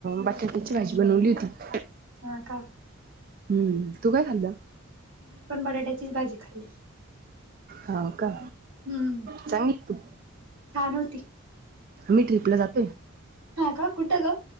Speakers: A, on the right; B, on the right.
A: बटाटची भाजी बनवली होती
B: हा का
A: हम्म तू काय खाल्लं?
B: मी पण बटाट्याचीच भाजी खाल्ली
A: होा का
B: हम्म
A: चांगली तू
B: छान होती
A: आम्ही ट्रिपला जातोय.
B: हा का कुठ ग